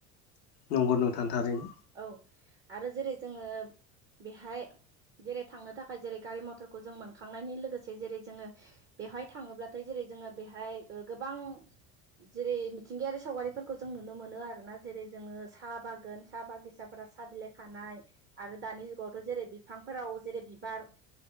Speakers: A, on the left; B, on the right.
A: नंगौ नोंथां थारैनो।
B: औ आरो जेरै जोङो बेहाय जेरै थांनो थाखाय जेरै गारि मथरखौ जों मोनखांनायनि लोगोसे जेरै जोङो। बेवहाय थाङोब्लाथाय जेरै जोङो बेहाय ओ गोबां जेरै मिथिंगायारि सावगारिफोरखौ जों नुनो मोनो आरो ना जेरै जोङो साहा बागान साहा बागिसाफोरा साहा बिलाइ खानाय आरो दानि जुगावथ' जेरै बिफांफोराव जेरै बिबार